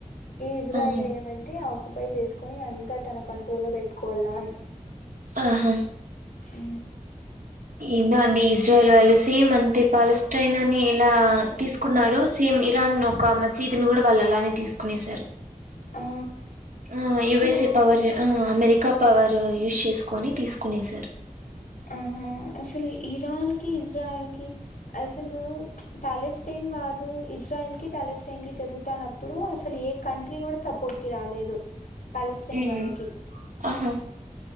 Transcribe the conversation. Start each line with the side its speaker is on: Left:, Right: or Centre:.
Left: ఈ ఇజ్రాయిల్
Right: ఆహా
Left: ఏమంటె ఆక్యుపై చేసుకొని అంత తన కంట్రోల్లో లో పెట్టుకోవాలా అని
Right: ఆహా
Left: అ
Right: ఎందో అండి ఇజ్రాయల్ సేమ్ అంతే పాలెస్తటైన్ని ఎలా తీసుకున్నారు సేమ్ ఇరాన్ ఒక మసీదు ని కూడా వాళ్ళు అలానే తీసుకునేసారు
Left: ఆ
Right: ఆ యు
Left: అసలు
Right: ఎస్ ఏ పవర్ ఆ అమెరికా పవర్ యూస్ చేసుకొని తీసుకునేసారు
Left: ఆ అసలు ఇరాన్కి, ఇజ్రాయిల్కి, అసలు ప్యాలెస్టేన్ వారు ఇజ్రాయల్కి ప్యాలెస్టైన్ కీ జరుగుతున్నప్పుడు, అసలు ఏ కంట్రీ కూడా సపోర్ట్కి రాలేదు. ప్యాలస్టీన్
Right: ఉమ్,
Left: వాళ్ళకి
Right: ఆహా